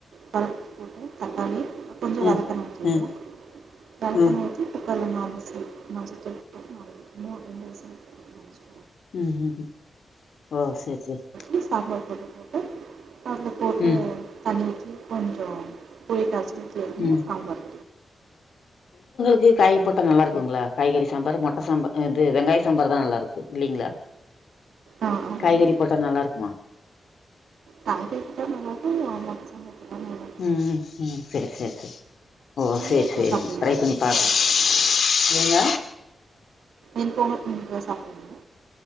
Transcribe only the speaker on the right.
பருப்பு போட்டு தக்காளி கொஞ்சொ
வர மெளதூளு
கலக்குனோட்டி
<unintelligible> மஞ்சள் தூள் போட்டு மூணு ரெண்டு விசில் விட்டு <unintelligible>
கி சாம்பார் பவ்டர் போட்டு அதுல போட்டு
கலக்கி கொஞ்சொ <unintelligible> நீங் கேட்டிங்ள
சாம்பார்
ஆ ஆமாங்க
காய்கறி போட்டா நல்லாருக்கு அ மொட்ட சாம்பார் போட்டாலும் நல்லாயிருக்கும்
நீங்கள்
இதில்
சாப்பிடுவீங்களா
வெண்
பொங்கல்
இப்போ நீங்க சாப்ட்ருவீங்க